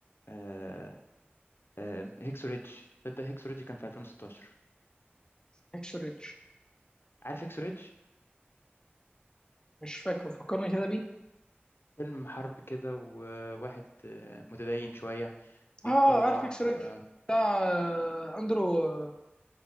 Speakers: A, on the left; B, on the left.
A: آه، آه، هيكسو ريدج تصدق هيكسو ريدج كان في 2016
B: اكس ريدج
A: عارف هيكسو ريدج
B: مش فاكر فكرني كده بيه
A: فيلم حرب كده وواحد آه، متدين شويه بيتطوع
B: اه عارف اكس ريدج
A: آه،
B: بتاع آه، اندرو آه،